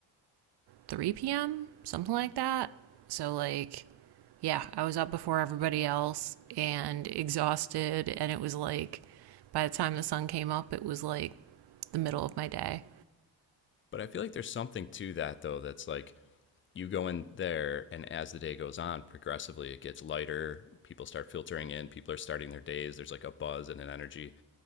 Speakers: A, on the right; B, on the left.
A: 3 p.m., something like that. So like, yeah, I was up before everybody else and exhausted, and it was like, by the time the sun came up, it was like the middle of my day.
B: But I feel like there's something to that though that's like you go in there and as the day goes on, progressively it gets lighter. People start filtering in, people are starting their days. There's like a buzz and an energy.